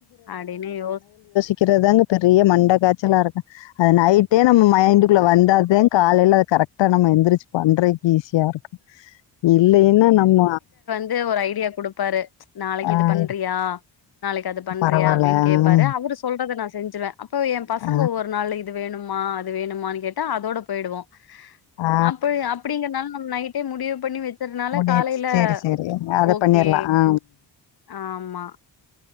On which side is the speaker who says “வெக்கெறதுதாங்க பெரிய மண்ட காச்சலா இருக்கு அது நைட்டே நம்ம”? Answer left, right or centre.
Left